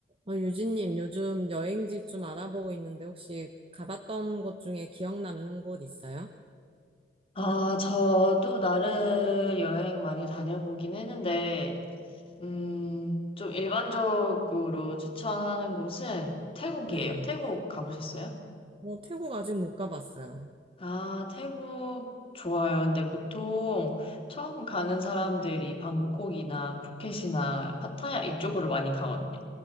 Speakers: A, on the right; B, on the left.
A: 어, 유진님, 요즘 여행지 좀 알아보고 있는데 혹시 가봤던 곳 중에 기억 남는 곳 있어요?
B: 아, 저도 나를 여행 많이 다녀보긴 했는데, 음, 좀 일반적으로 추천하는 곳은 태국이에요.
A: 네.
B: 태국 가보셨어요?
A: 뭐 태국 아직 못 가봤어요.
B: 아, 태국 좋아요. 근데 보통 처음 가는 사람들이 방콕이나 푸켓이나 파타야 이쪽으로
A: 음.
B: 많이 가거든요.